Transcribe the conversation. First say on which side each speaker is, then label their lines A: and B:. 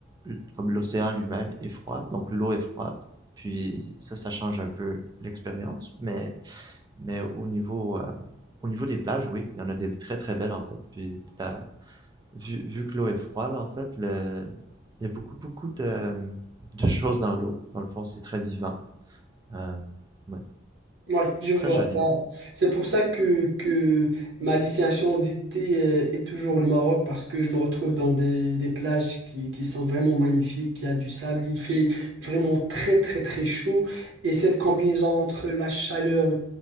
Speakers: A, on the right (about 20°); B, on the right (about 75°).
A: l- comme l'océan lui-même est froid, donc l'eau est froide. Puis ça, ça change un peu l'expérience, mais mais au niveau euh, au niveau des plages, oui, il y en a des très très belles en fait. Puis la vu, vu que l'eau est froide en fait, le il y a beaucoup beaucoup de de choses dans l'eau. Dans le fond, c'est très vivant. Euh, ouais,
B: Oui, je vois.
A: très joli.
B: Bah, c'est pour ça que, que ma destination d'été euh, est toujours le Maroc, parce que je me retrouve dans des, des plages qui, qui sont vraiment magnifiques, il y a du sable, il fait vraiment très très très chaud, et cette combinaison entre la chaleur